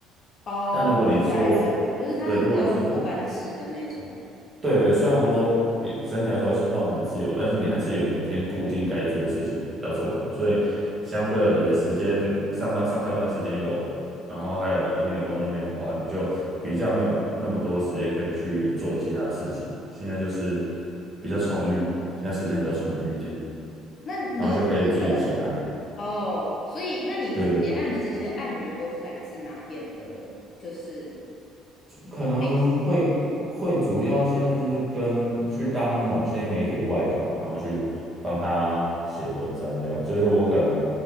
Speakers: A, on the left (about 40°); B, on the right (about 15°).
A: 哦，
B: 但如果你做，
A: 我明白了，就是他是比较坐班式的那种
B: 对，如果你是对对，虽然我说也整体来说还是画蛮自由，
A: 工作。
B: 但是你还是有每天固定该做的事情要做完，
A: 对，
B: 所以相对的，你时间上班上下班时间有，然后还有一定的工作内容的话，你就比较没有那么多时间可以去做其他事情。现在就是比较充裕，现在时间比较充裕一点，
A: 那你接的
B: 然后就可以自己结案。
A: 哦，所以那你接案的这些案源都是来自哪边的？
B: 对对，
A: 就是
B: 可能会会主要现在就是跟去当某些媒体的外稿，
A: case，
B: 然后去帮他写文章这样。就是我可能